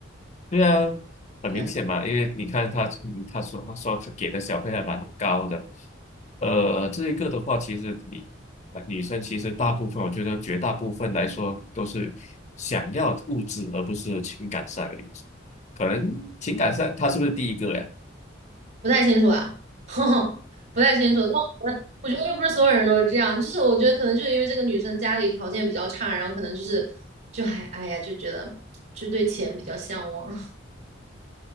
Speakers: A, on the left; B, on the right.
A: 对啊，很明显嘛，
B: 对。
A: 因为你看他，嗯他说他说他给的小费还蛮高的，呃，这一个的话，其实你呃女生其实大部分，我觉得绝大部分来说都是想要物质而不是情感上的，可能情感上他是不是第一个呀？
B: 不太清楚啊，<laughs> 不太清楚。但我觉得，我觉得又不是所有人都是这样，就是我觉得可能就是因为这个女生家里条件比较差，然后可能就是就还哎呀，就觉得就对钱比较向往。<laughs>